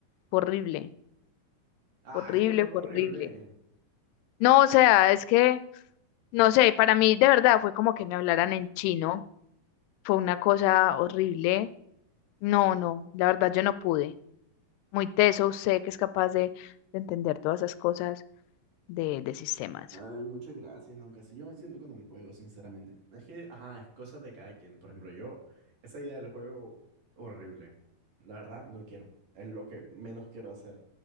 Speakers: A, on the left (about 90°); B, on the right (about 55°).
A: horrible,
B: Ay,
A: horrible,
B: tampoco
A: horrible.
B: horrible.
A: No, o sea, es que, no sé, para mí de verdad fue como que me hablaran en chino, fue una cosa horrible. No, no, la verdad yo no pude. Muy teso usted que es capaz de, de entender todas esas cosas de, de sistemas.
B: ay, muchas gracias, aunque así yo me siento con el juego, sinceramente. Es que, ajá, es cosa de cada quien. Por ejemplo, yo, esa idea del juego, horrible. La verdad, no quiero. Es lo que menos quiero hacer.